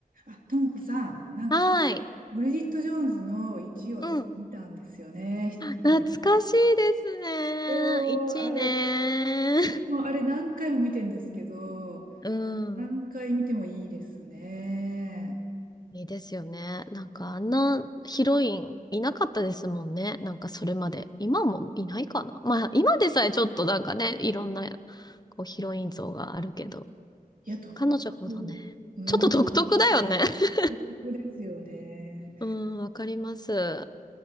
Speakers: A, on the right (about 65°); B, on the left (about 25°).
A: あ、ともこさん、なんか、
B: はい。
A: ブリジット・ジョーンズの1を私見たんですよね、
B: うん。
A: 久しぶりに。
B: 懐かしいですね。
A: そう、
B: 一年。
A: あれ、もうあれ何回も見てんですけど、
B: うん。
A: 何回見てもいいですね。
B: いいですよね。なんかあんなヒロインいなかったですもんね。なんかそれまで。今もいないかな。まあ今でさえちょっとなんかね、いろんなこうヒロイン像があるけど、
A: いや、独特。
B: 彼女ほどね、
A: うん、
B: ちょっと独特だよね。<laughs>
A: 独特ですよね。
B: うん、わかります。